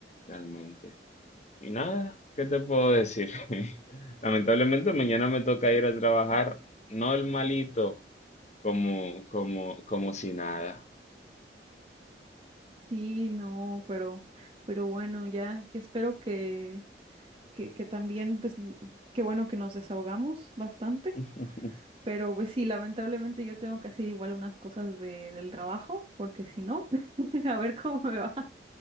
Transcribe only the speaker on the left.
realmente. Y nada, ¿qué te puedo decir? <laughs> Lamentablemente mañana me toca ir a trabajar normalito, como, como, como si nada.
<laughs>